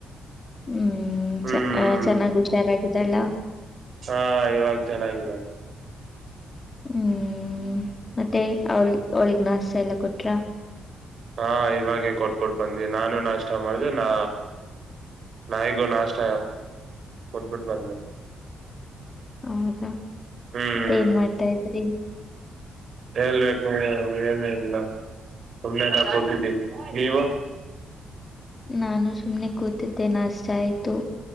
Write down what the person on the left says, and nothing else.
ಹ್ಮ್
ಚ ಚೆನ್ನಾಗಿ ಹುಷಾರಾಗಿದ್ದಲ್ಲ
ಹ್ಮ್ ಮತ್ತೆ ಅವಳ ಅವಳಗ್ ನಾಷ್ಟ ಎಲ್ಲ ಕೊಟ್ರ
ಹೌದಾ
ಮತ್ತ ಏನ್ ಮಾಡ್ತಾ ಇದ್ರಿ
ನಾನು ಸುಮ್ನೆ ಕೂತಿದ್ದೆ ನಷ್ಟ ಆಯ್ತು